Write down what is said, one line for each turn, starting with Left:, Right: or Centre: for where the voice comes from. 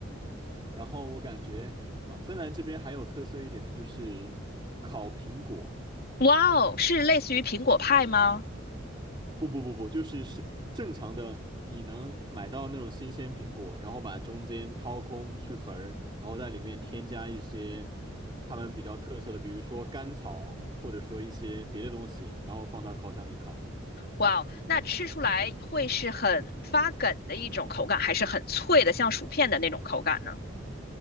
Right: 然后我感觉啊，芬兰这边还有特色一点的就是烤苹果，
Left: 哇哦，是类似于苹果派吗？
Right: 不不不不，就是是正常的，你能买到那种新鲜苹果，然后把中间掏空去核儿，然后在里面添加一些他们比较特色的，比如说甘草，或者说一些别的东西，然后放到烤箱里烤。
Left: 哇哦，那吃出来会是很发梗的一种口感，还是很脆的，像薯片的那种口感呢？